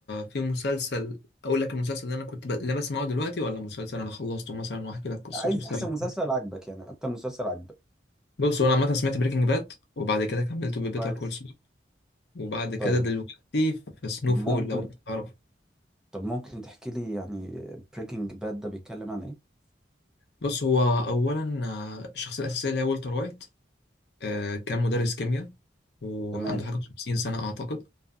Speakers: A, on the left; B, in the centre.
A: في مسلسل اقول لك المسلسل اللي انا كنت ب... اللي بسمعه دلوقتي ولا مسلسل انا خلصته مثلا واحكي لك قصته
B: عايز
A: سريع
B: أحسن مسلسل عاجبك يعني أكتر مسلسل عاجبك
A: بص هو انا عامه سمعت بريكنج باد وبعد كده كملته ببيتر
B: كويس
A: كول سول وبعد كده
B: طيب
A: دلوقتي في سنو
B: طب
A: فول
B: ممكن
A: لو انت تعرف
B: طب ممكن تحكي لي يعني بريكنج باد ده بيتكلم عن ايه؟
A: بص هو اولا آه، الشخصيه الاساسيه اللي هي والتر وايت آه، كان مدرس كيمياء وعنده
B: تمام
A: حاجه 50 سنه اعتقد